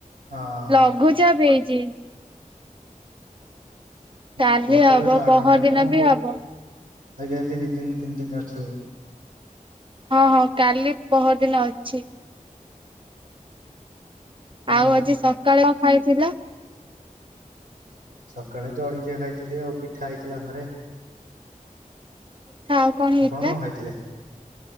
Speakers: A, on the right (about 80°); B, on the right (about 40°).
A: ହଁ
B: ଲଘୁଚାପ ହେଇଚି।
A: ହୁଁ
B: କାଲି
A: ବର୍ଷା
B: ହବ
A: ତ ଛାଡୁନି
B: ପହର
A: ଆଉ
B: ଦିନ
A: କଣ
B: ବି
A: କରି
B: ହବ।
A: ଆଜ୍ଞା ଏମିତି ଦୁଇ ଦିନି ତିନି ଦିନି ଅଛି ଆହୁରି।
B: ହଁ ହଁ କାଲି ପହର ଦିନ ଅଛି।
A: ହୁଁ
B: ଆଉ ଆଜି ସକାଳେ ଖାଇଥିଲ
A: ସକାଳେ ଜଳଖିଆ ଖାଇଥିଲି ଆଉ, ପିଠା ହେଇଥିଲା ଘରେ।
B: ପିଠା ଆଉ କଣ ହେଇଥିଲା?
A: ଆପଣ ଖାଇଥିଲେ?